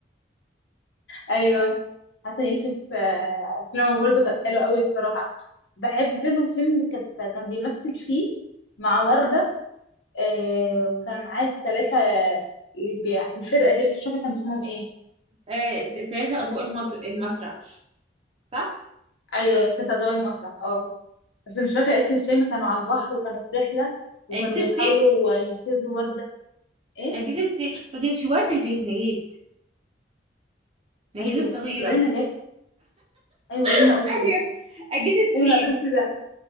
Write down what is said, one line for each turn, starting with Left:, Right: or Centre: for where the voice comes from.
Left: ايوه حسن يوسف آه، افلامه برضه كانت حلوه قوي الصراحه بحب له فيلم كانت كان بيمثل فيه مع وردة آه وكان معاه الثلاثة اللي بيع الفرقة دي بس مش فاكرة كان اسمهم ايه
Right: آه ثلاثة اضواء المط- المسرح صح
Left: ايوه الثلاثة أضواء المسرح اه بس مش فاكرة اسم الفيلم كانوا على البحر وكانوا في رحلة وكانوا
Right: اجهزة
Left: بيحاولوا
Right: سيف
Left: ينقذوا وردة ايه
Right: اجهزة سيف ما كانتش وردة كانت نجاة نجاة
Left: ايوه
Right: الصغيرة
Left: بس زي نجاة ايوه ايه اللي
Right: <laughs>
Left: انا قلته ده
Right: ايوه اجهزة
Left: ايه اللي
Right: سيف
Left: انا قلته ده